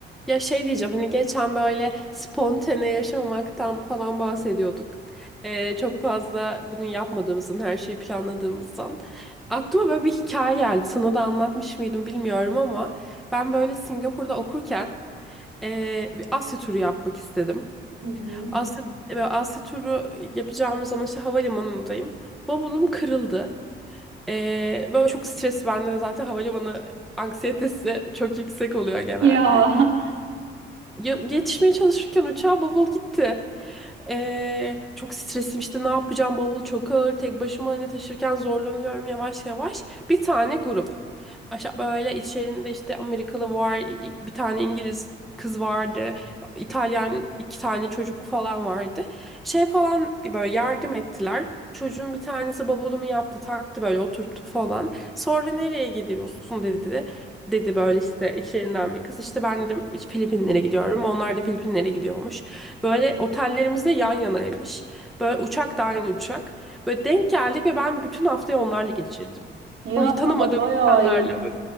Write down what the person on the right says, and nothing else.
Hı hı.
Ya
<laughs> ya
bayağı
iyi.